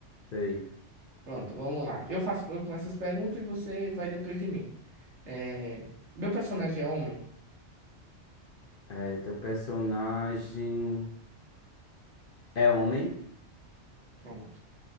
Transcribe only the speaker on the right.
Pronto, vamos lá. Eu faço, eu começo as perguntas e você vai depois de mim. É, meu personagem é homem?
Pronto.